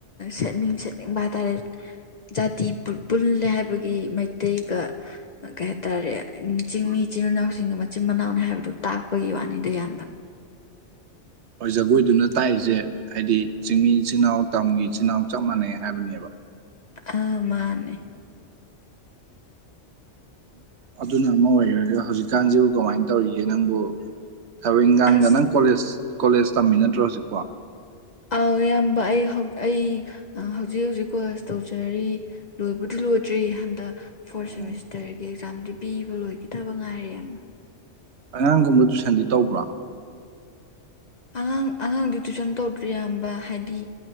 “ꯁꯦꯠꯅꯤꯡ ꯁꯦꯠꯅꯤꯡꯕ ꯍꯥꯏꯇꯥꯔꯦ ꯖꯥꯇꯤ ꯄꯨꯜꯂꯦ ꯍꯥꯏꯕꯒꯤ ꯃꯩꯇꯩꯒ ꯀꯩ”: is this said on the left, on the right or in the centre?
Left